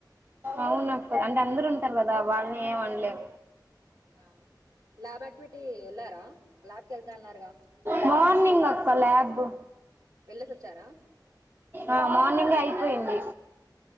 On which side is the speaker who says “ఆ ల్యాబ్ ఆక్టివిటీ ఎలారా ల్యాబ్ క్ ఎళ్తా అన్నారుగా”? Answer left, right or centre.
Right